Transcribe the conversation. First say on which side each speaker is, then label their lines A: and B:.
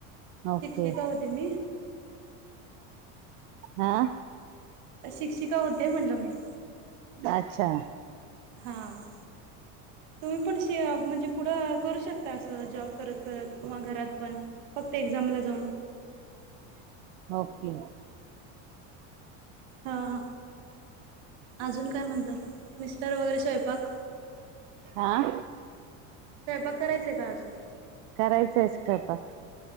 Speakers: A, on the right (about 85°); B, on the right (about 60°).
A: ओके
B: शिक्षिका होते मी.
A: हा
B: शिक्षिका होते म्हणल मी.
A: अच्छा
B: हां तुम्ही पण म्हणजे पुढं करू शकता असं जॉब करत करत किंवा घरात पण फक्त एक्झामला जाऊन.
A: ओके
B: हां हां अजून काय म्हणतात मिस्टर वगैरे स्वयंपाक
A: हां
B: स्वयंपाक करायचंय का अजून
A: करायचंच. <unintelligible>